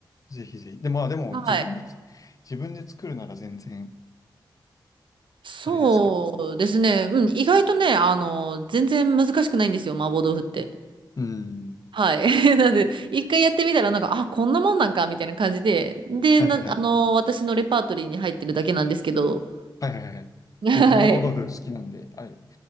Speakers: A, on the left (about 45°); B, on the right (about 80°).
A: ぜひぜひ。で、まあでも自分でつ、
B: はい。
A: 自分で作るなら全然
B: そうですね。
A: あれですけど。
B: うん、意外とね、あの、全然難しくないんですよ、麻婆豆腐って。
A: うん。
B: はい。<laughs> なので、一回やってみたら、なんか、あ、こんなもんなんか、みたいな感じで、で、
A: はいはいはい。
B: な、あの、私のレパートリーに入ってるだけなんですけど、
A: はいはいはいはい。
B: <laughs> はい。
A: 僕、麻婆豆腐好きなんで、あれ、